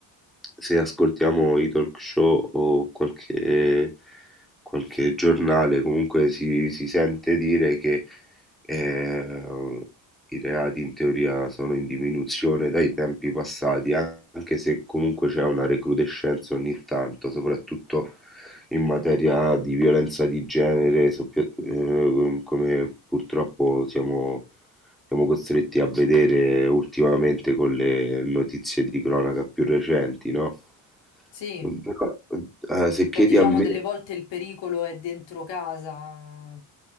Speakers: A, in the centre; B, on the left.
A: se ascoltiamo i talk show o qualche, qualche giornale, comunque si, si sente dire che eh, i reati in teoria sono in diminuzione dai tempi passati, anche se comunque c'è una recrudescenza ogni tanto, soprattutto in materia di violenza di genere, soppia- eh, come purtroppo siamo siamo costretti a vedere ultimamente con le notizie di cronaca più recenti, no?
B: Sì.
A: Mhmm, Però, eh, se
B: Cioè,
A: chiedi
B: diciamo,
A: a me,
B: delle volte il pericolo è dentro casa.